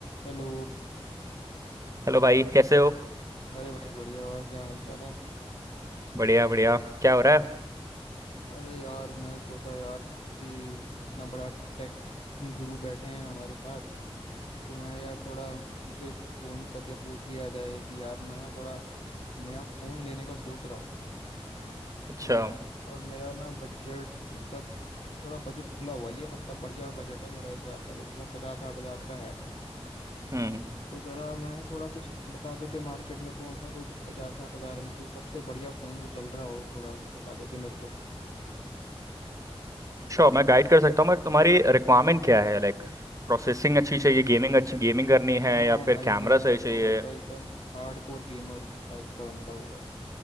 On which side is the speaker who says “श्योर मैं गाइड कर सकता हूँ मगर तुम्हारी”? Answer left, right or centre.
Right